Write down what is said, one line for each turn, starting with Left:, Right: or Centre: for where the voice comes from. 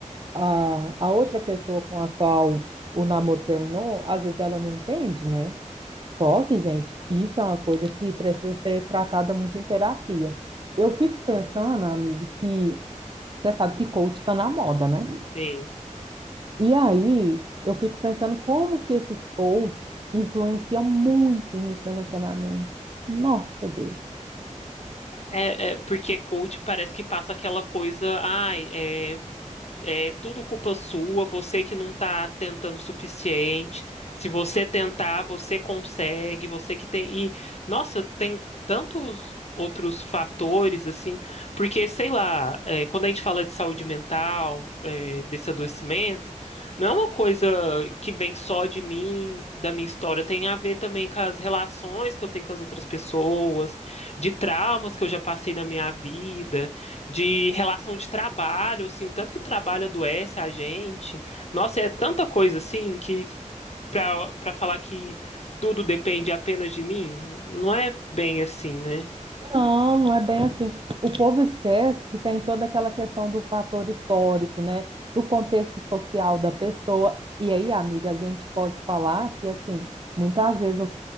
Right: a, a outra pessoa com a qual o namoro terminou, às vezes ela não entende, né? Só que, gente, isso é uma coisa que precisa ser tratada muito em terapia. Eu fico pensando, amigo, que você sabe que coach está na moda, né?
Left: Sim.
Right: E aí eu fico pensando como que esses coaches influenciam muito nos relacionamentos. Nossa, Deus.
Left: É, é, porque coach parece que passa aquela coisa, ai, é é tudo culpa sua, você que não está tentando o suficiente. Se você tentar, você consegue, você que tem. E, nossa, tem tantos outros fatores, assim, porque, sei lá, é, quando a gente fala de saúde mental, é, desse adoecimento, não é uma coisa que vem só de mim, da minha história, tem a ver também com as relações que eu tenho com as outras pessoas, de traumas que eu já passei na minha vida, de relação de trabalho, assim, o tanto que o trabalho adoece a gente. Nossa, é tanta coisa assim que para para falar que tudo depende apenas de mim, não é bem assim, né?
Right: Não, não é bem assim. O povo esquece que tem toda aquela questão do fator histórico, né? Do contexto social da pessoa. E aí, amiga, a gente pode falar que, assim, muitas vezes o,